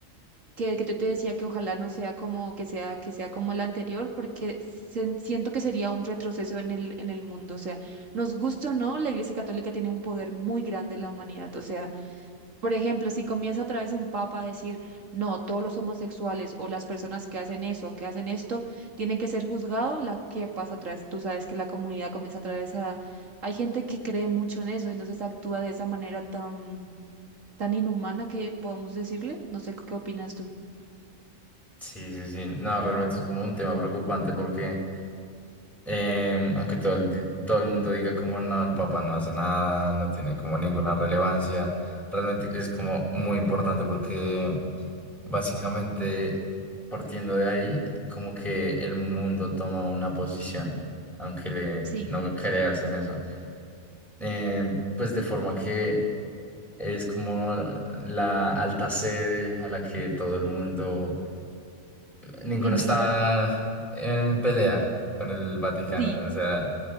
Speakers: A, on the right (about 75°); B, in the centre.
A: que, que yo te decía que ojalá no sea como que sea que sea como la anterior porque sen- siento que sería un retroceso en el en el mundo, o sea, nos guste o no, la Iglesia Católica tiene un poder muy grande en la humanidad, o sea, por ejemplo, si comienza otra vez un papa a decir, "No, todos los homosexuales o las personas que hacen eso, que hacen esto, tienen que ser juzgados", la que pasa otra vez, tú sabes que la comunidad comienza otra vez a hay gente que cree mucho en eso, entonces actúa de esa manera tan tan inhumana que podemos decirle, no sé qué opinas tú.
B: sí, sí, sí. No, realmente es como un tema preocupante porque Em, aunque todo el, di- todo el mundo diga como no, el Papa no hace nada, no tiene como ninguna relevancia, realmente es como muy importante porque básicamente partiendo de ahí, como que el mundo toma una posición, aunque le-
A: sí
B: no creas en eso. Em, pues de forma que es como la alta sede a la que todo el mundo Ninguno
A: Genera.
B: está en pelea con el Vaticano.
A: Sí.
B: O sea,